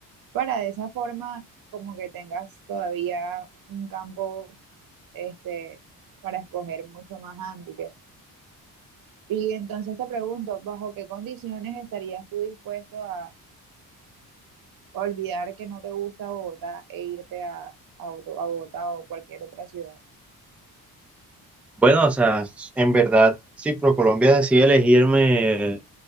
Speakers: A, on the right; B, in the centre.
A: para de esa forma como que tengas todavía un campo este, para escoger mucho más amplio. Y entonces te pregunto, ¿bajo qué condiciones estarías tú dispuesto a olvidar que no te gusta Bogotá e irte a, a, otro- a Bogotá o cualquier otra ciudad?
B: Bueno, o sea, en verdad, si ProColombia decide elegirme